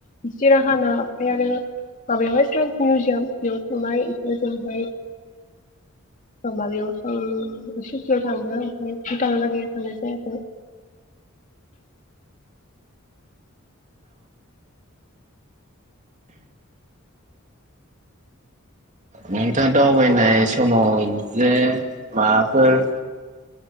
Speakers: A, on the left; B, on the right.
A: सिराखाना ओमफाय आरो माबायावहाय साइन्स मिउजियाम बेयाव थांबाय ओजोंहाय ओ माबायाव ओम सुकियाव थांदो ओमफ्राय भुटाना लागै थांनाय जायाखै।
B: नोंथाङा दावबायनाय समाव जे माबाफोर